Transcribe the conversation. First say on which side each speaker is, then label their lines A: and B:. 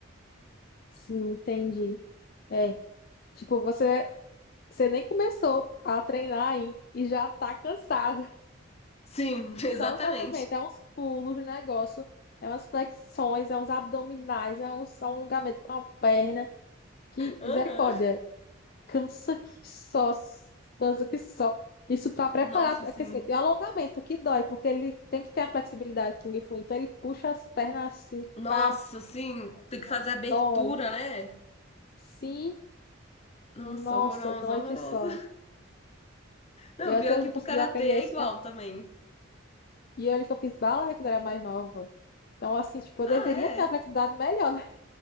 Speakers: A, on the left (about 45°); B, on the left (about 30°).
A: <laughs> Sim, entendi. É. Tipo, você, você nem começou a treinar aí e já tá cansado.
B: Sim,
A: <laughs>
B: <laughs>
A: Só
B: exatamente.
A: o cansamento, é uns pulos, um negócio, é umas flexões, é uns abdominais, é um só um alongamento com a perna. Que misericórdia.
B: Aham.
A: Cansa que só, cansa que só. Isso para preparar
B: Nossa,
A: para
B: sim.
A: aquecimento. E alongamento, que dói, porque ele tem que ter a flexibilidade do Kung Fu. Então ele puxa as pernas assim,
B: Nossa,
A: pá,
B: assim, tem que
A: nossa,
B: fazer abertura,
A: dói.
B: né?
A: Sim,
B: Nossa,
A: nossa,
B: horroroso,
A: dói
B: horroroso.
A: que só.
B: Não,
A: eu até
B: pior
A: hoje
B: que
A: não
B: pro
A: consegui
B: karatê
A: aprender
B: é
A: a escalar.
B: igual também.
A: E olha que eu fiz balé quando era mais nova. Então, assim, tipo, eu
B: Ah,
A: deveria
B: é?
A: ter a flexibilidade melhor, né?